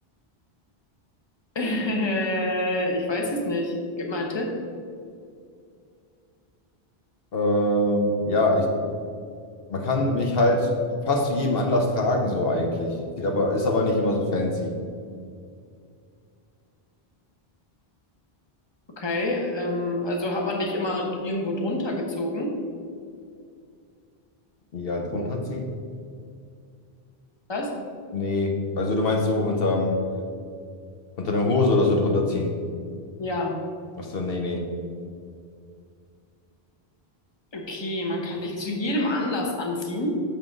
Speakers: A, on the left; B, on the left.
A: <laughs> ich weiß es nicht. Gib mal einen Tipp.
B: Ähm, ja, ich, man kann mich halt fast zu jedem Anlass tragen, so eigentlich. Sieht aber, ist aber nicht immer so fancy.
A: Okay, ähm, also hat man dich immer irgendwo drunter gezogen?
B: Ja, drunter ziehen?
A: Was?
B: Nee. Also du meinst so unterm, unter der Hose oder so drunter ziehen?
A: Ja.
B: Ach so, nee, nee.
A: Okay, man kann dich zu jedem Anlass anziehen.